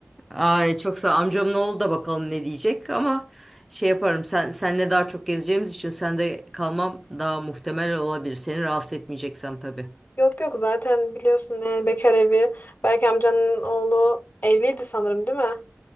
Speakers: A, in the centre; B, on the left.
A: Ay çok sağ amcamın oğlu da bakalım ne diyecek ama şey yaparım sen senle daha çok gezeceğimiz için sende kalmam daha muhtemel olabilir. Seni rahatsız etmeyeceksem tabii.
B: Yok yok zaten biliyorsun yani bekar evi. Belki amcanın oğlu evliydi sanırım değil mi?